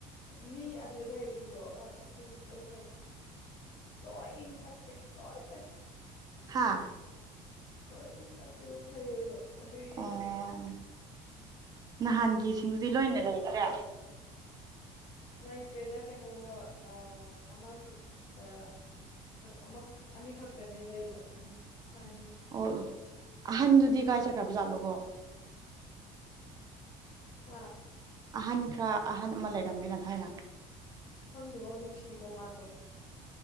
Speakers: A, on the left (about 40°); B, on the right (about 25°).
A: ꯃꯤ ꯑꯗꯨꯗ ꯂꯩꯔꯤꯁꯤꯡꯗꯣ ꯑꯥ ꯑꯗꯨꯃꯗꯤ ꯂꯣꯏ ꯐꯩ ꯂꯣꯏ ꯏꯪ ꯇꯞꯄꯦ ꯂꯣꯏ ꯐꯩ
B: ꯍꯥꯥ
A: ꯂꯣꯏ ꯏꯪ ꯇꯞꯄꯦꯕ ꯐꯩꯌꯦꯕ ꯑꯗꯨꯒꯤ
B: ꯑꯣ
A: ꯍꯥꯏꯔꯗꯤ
B: ꯅꯍꯥꯟꯒꯤꯁꯤꯡꯗꯨꯗꯤ ꯂꯣꯏꯅ ꯂꯩꯇ꯭ꯔꯦ
A: ꯂꯩꯇ꯭ꯔꯦꯗ ꯀꯩꯅꯣ ꯑꯥ ꯑꯃꯈꯛꯇ ꯑꯃꯈꯛ ꯑꯅꯤꯈꯛꯇꯅꯤ ꯂꯩꯕ ꯊꯥꯏꯅꯒꯤ
B: ꯑꯣ ꯑꯍꯟꯗꯨꯗꯤ ꯀꯥꯏ ꯁꯠꯈ꯭ꯔꯕ ꯖꯥꯠꯅꯣꯀꯣ
A: ꯑꯥ
B: ꯑꯍꯟ ꯈꯥꯔ ꯑꯍꯟ ꯑꯃ ꯂꯩꯔꯝꯃꯦꯅ ꯊꯥꯏꯅ
A: ꯈꯪꯗꯦꯀꯣ ꯅꯨꯡꯁꯤꯀꯣ ꯃꯥꯗꯣ